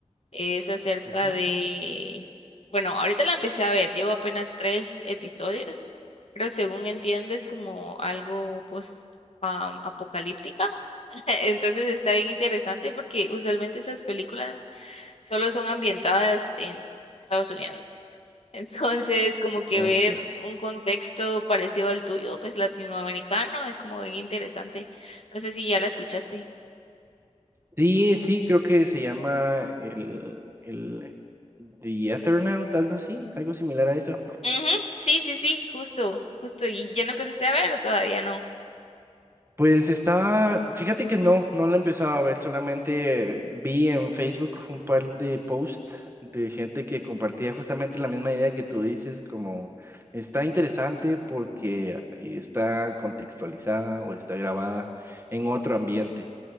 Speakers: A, on the left; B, on the right.
A: Es acerca
B: Ujú.
A: de, bueno, ahorita la empecé a ver, llevo apenas tres episodios, pero según entiendo es como algo post am, apocalíptica. <laughs> Entonces está bien interesante porque usualmente esas películas solo son ambientadas en Estados Unidos. <laughs> Entonces, como que
B: Cierto.
A: ver un contexto parecido al tuyo, pues latinoamericano, es como bien interesante. No sé si ya la escuchaste.
B: Sí, sí, creo que se llama el, el The Ethernaut, algo así, algo similar a eso.
A: Ujú, Sí, sí, sí, justo, justo. ¿Y ya lo empezaste a ver o todavía no?
B: Pues estaba, fíjate que no, no la empezaba a ver, solamente vi en Facebook un par de posts de gente que compartía justamente la misma idea que tú dices, como está interesante porque está contextualizada o está grabada en otro ambiente.